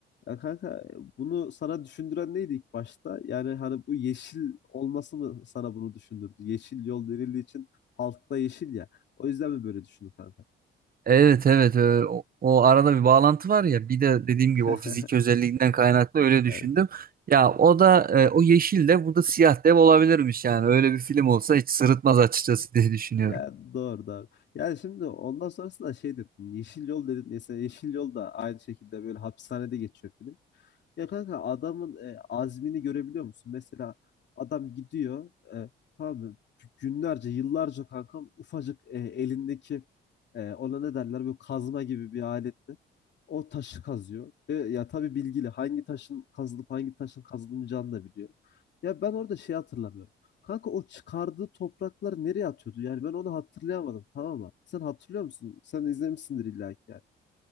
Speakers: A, on the left (about 60°); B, on the right (about 45°).
A: Ya kanka e, bunu sana düşündüren neydi ilk başta? Yani hani bu yeşil olması mı sana bunu düşündürdü? Yeşil yol denildiği için halkta yeşil ya. O yüzden mi böyle düşündün kanka?
B: Evet evet e, o, o arada bir bağlantı var ya bir de dediğim
A: <laughs>
B: gibi o fiziki özelliğinden kaynaklı öyle
A: Evet.
B: düşündüm. Ya o da e, o yeşil de bu da siyah dev olabilirmiş yani öyle bir film olsa hiç sırıtmaz açıkçası diye düşünüyorum.
A: Ya doğru doğru. Yani şimdi ondan sonrası da şey dedin. Yeşil yol dedin. Mesela Yeşil Yol da aynı şekilde böyle hapishanede geçiyor film. Ya kanka adamın e, azmini görebiliyor musun? Mesela adam gidiyor e, tamam mı? Günlerce, yıllarca kankam ufacık e, elindeki e, ona ne derler böyle kazma gibi bir aletle o taşı kazıyor. E, ya tabii bilgili hangi taşın kazılıp hangi taşın kazılmayacağını da biliyor. Ya ben orada şey hatırlamıyorum. Kanka o çıkardığı toprakları nereye atıyordu? Yani ben onu hatırlayamadım tamam mı? Sen hatırlıyor musun? Sen izlemişsindir illa ki yani.